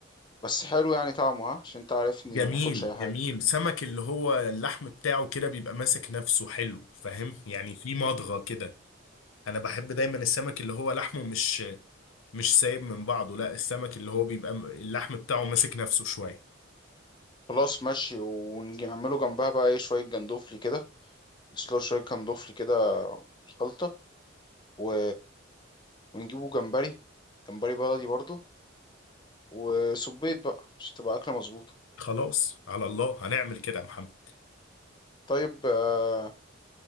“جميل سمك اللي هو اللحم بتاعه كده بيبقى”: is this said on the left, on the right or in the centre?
Left